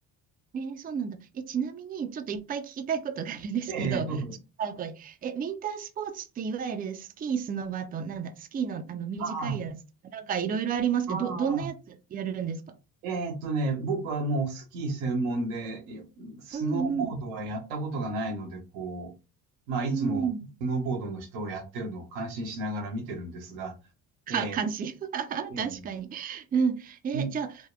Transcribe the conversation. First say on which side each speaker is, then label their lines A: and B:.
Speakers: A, on the right; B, on the right.
A: えーそうなんだ。え、ちなみに、ちょっといっぱい聞きたいことがあるんですけど、
B: ええ、どうぞ。
A: 最後に。え、ウィンタースポーツっていわゆるスキー、スノバと、なんだ、スキーの、あの短いやつとか、
B: ああ、
A: なんかいろいろありますけど、
B: あ
A: ど、どんなやつやるんですか
B: あ、えーっとね、僕はもうスキー専門で、いやスノーボードはやったことがないので、
A: うんうん。
B: こう、まあ、いつもスノーボードの人をやってるのを感心しながら見てるんですが、
A: うん。か、
B: え
A: 関心。<laughs>
B: ーえー
A: 確かに。うん。え、
B: うん
A: じゃあ、